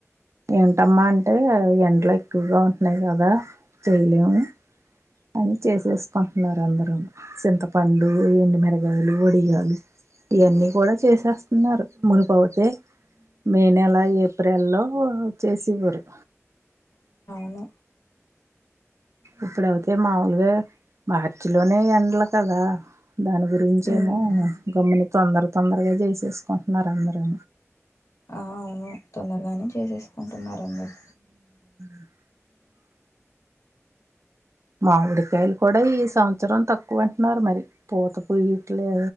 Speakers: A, on the right; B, on the left.
A: ఏంటమ్మా అంటే ఎండ్లో ఎక్కువగా ఉంటున్నాయి కదా చేయలేము. అని చేసేసుకుంటున్నారు అందరు చింతపండు ఎండుమిరగాయలు వడియాలు ఇవన్నీ కూడా చేసేస్తన్నారు మునుపౌతే మే నెలా ఏప్రిల్ లో చేసి ఇవ్వరు
B: ను
A: ఇప్పుడౌవతే మాములుగా మార్చి లోనే ఎండ్ల తదా దాని గురించి
B: మ్మ్
A: ఏమో గమని తొందర్ తొందరగా చేసేసుకుట్నారు అందరు
B: ఆ అవును తొందరగానే చేసేసుకుంటున్నారు అందరు
A: ఆ మామిడికాయలు కూడా ఈ సంవత్సరం తక్ క్వాన్ ఉన్నారు మరి పోత పోయిట్లే